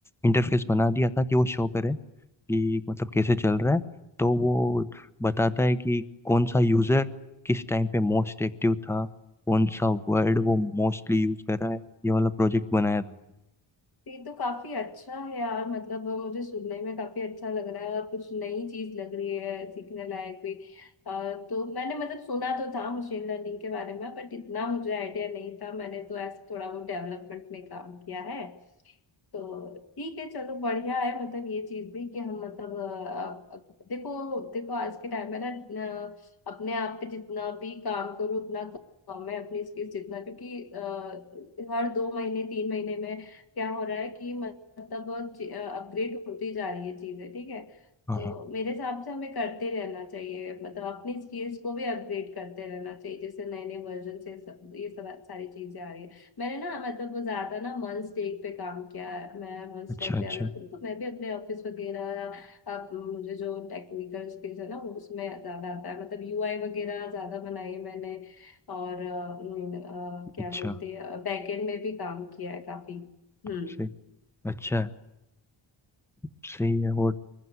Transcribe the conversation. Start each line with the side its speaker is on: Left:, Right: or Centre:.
Centre: इंटरफेस बना दिया था कि वो शो करे कि मतलब कैसे चल रहा है तो वो बताता है कि कौन सा यूजर किस टाइम पे मोस्ट एक्टिव था कौन सा वर्ड वो मोस्टली यूज कर रहा है ये वाला प्रोजेक्ट बनाया था मैंने।
Left: ये तो काफी अच्छा है यार मतलब मुझे सुनने में काफी अच्छा लग रहा है और कुछ नई चीज लग रही है सीखने लायक भी अ, तो मैंने मतलब सुना तो था मशीन लर्निंग के बारे में बट इतना मुझे आइडिया नहीं था मैंने तो ऐसे थोड़ा बहुत डेवलपमेंट में काम किया है तो ठीक है चलो बढ़िया है मतलब ये चीज भी कि हम मतलब अ, अ, देखो देखो आज के टाइम में ना अ, अपने आप पे जितना भी काम करो उतना कम है अपनी स्किल्स जितना क्योंकि अ, हर दो महीने तीन महीने में क्या हो रहा है कि मतलब अपग्रेड होती जा रही है चीजें ठीक है
Centre: हाँ
Left: तो
Centre: हाँ
Left: मेरे हिसाब से हमें करते रहना चाहिए मतलब अपनी स्किल्स को भी अपग्रेड करते रहना चाहिए जैसे नए नए वर्जन से सब ये सब सारी चीजें आ रही है मैंने ना मतलब वो ज्यादा ना मंच टेक पे काम किया है मैं मंच
Centre: अच्छा
Left: टेक
Centre: अच्छा
Left: डेवलपर हूँ, तो मैं भी अपने ऑफिस वगैरह अब मुझे जो टेक्निकल स्किल्स है ना वो उसमें ज्यादा आता है मतलब यूआई वगैरह ज्यादा बनाई है मैंने और अ, अ, क्या
Centre: अच्छा
Left: बोलते हैं बैकएंड में भी काम किया है काफी हम्म
Centre: से अच्छा है, सही है और